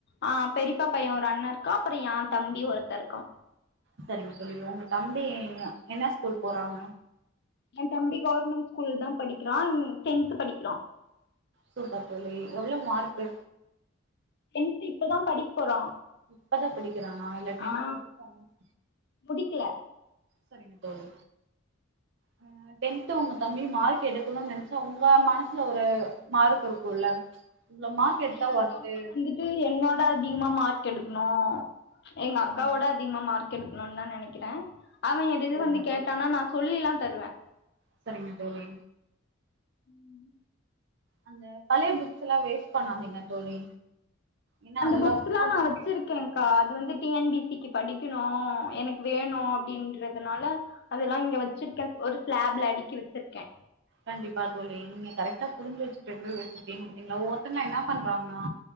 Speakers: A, on the left; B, on the right.
A: ஆ பெரிப்பா பைய ஒரு அண்ண இருக்கா அப்புற ஏன் தம்பி ஒருத்த இருக்கா.
B: சரிங்க தோழி. உங்க தம்பி அ என்ன ஸ்கூல் போறாங்க?
A: ஏன் தம்பி கவர்மெண்ட் ஸ்கூல்தா படிக்கிறான் டென்த்து படிக்கிறா.
B: சூப்பர் தோழி எவ்ளோ மார்க்கு?
A: டென்த்து‌ இப்பதா படிக் போறா
B: இப்பதா படிக்கிறானா இல்ல டென்த்
A: ஆ
B: முடிச்சுட்டானான்னு
A: முடிக்கல
B: சரிங்க தோழி. ஆ டென்த்து உங்க தம்பி மார்க் எடுக்கணுன்னு நெனைச்சா உங்க மனசுல ஒரு மார்க் இருக்குல்ல இவ்ளோ மார்க்
A: ஆமா
B: எடுத்தா
A: ஏன்
B: ஒர்த்து
A: தம்பி வந்துட்டு என்ன விட அதிகமா மார் க் எடுக்கணு எங்க அக்காவ
B: ம்
A: விட அதிகமா மார்க் எடுக்கணுன்னுதா நெனைக் க்கிறே அவ எதயெதயோ
B: சரிங்க
A: வந்து கேட்டான்னா
B: தோழி
A: நா சொல்லிலா தருவே
B: சரிங்க தோழி
A: ம்
B: அந்த பழைய புக்ஸல்லா வேஸ்ட் பண்ணாதீங்க தோழி. ஏன்னா
A: அந்த
B: அதெல்லா
A: புக்ஸ்லா
B: ரொம்ப
A: நா
B: முக்
A: வச்சிருக்கேங்க்கா இது வந்து டி என் பி சி க்கு படிக்கணு எனக்கு வேணு அப்டின்றதுனால அதெல்லா இங்க வச்சிருக்கே ஒரு ஸ்லாப்ல அடிக்கி வச்சிருக்கே
B: கண்டிப்பா தோழி நீங்க கரெக்டா புரிஞ்சு வச்சுட்டு வச்சீருக்கிங்க பாத்தீங்களா. ஒவ்வொர்த்தங்க என்ன பண்றாங்கன்னா